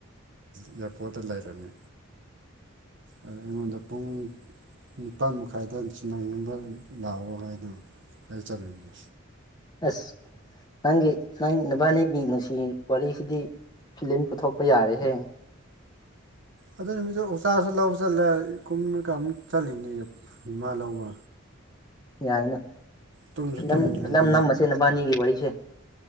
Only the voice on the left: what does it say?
ꯑꯁ ꯅꯪꯒꯤ ꯅꯪ ꯅꯕꯥꯅꯤꯒꯤ ꯅꯨꯡꯁꯤ ꯋꯥꯔꯤꯁꯤꯗꯤ ꯐꯤꯂꯝ ꯄꯨꯊꯣꯛꯄ ꯌꯥꯔꯦꯍꯦ
ꯌꯥꯏꯅꯦ
ꯐꯤꯂꯝ
ꯅꯝ ꯅꯝꯃꯁꯦ ꯅꯕꯥꯅꯤꯒꯤ ꯋꯥꯔꯤꯁꯦ